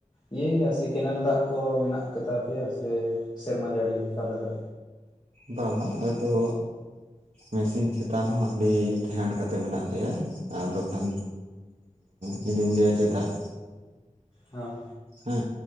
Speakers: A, on the left; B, on the right.
A: ᱤᱭᱟᱹ ᱜᱮᱭᱟ ᱥᱮ ᱠᱮᱱᱮᱞ ᱫᱟᱜ ᱠᱚ ᱢᱮᱱᱟᱜ ᱠᱟᱛᱟ ᱯᱮᱭᱟ ᱥᱮ ᱥᱮᱨᱢᱟ ᱡᱟᱹᱲᱤ ᱚᱠᱟ ᱞᱮᱠᱟ
B: ᱵᱟᱝ ᱵᱟᱝ ᱟᱞᱮ ᱫᱚ ᱢᱮᱥᱤᱱ ᱪᱮᱛᱟᱱ ᱦᱚ ᱟᱹᱰᱤ ᱴᱮᱦᱟᱸᱴ ᱠᱟᱛᱮᱫ ᱢᱮᱱᱟᱜ ᱞᱮᱭᱟ ᱟᱫᱚᱠᱷᱟᱱ ᱡᱩᱫᱤᱢ ᱞᱟᱹᱭᱟ ᱪᱮᱫᱟᱜ?
A: ᱦᱮᱸ
B: ᱦᱮ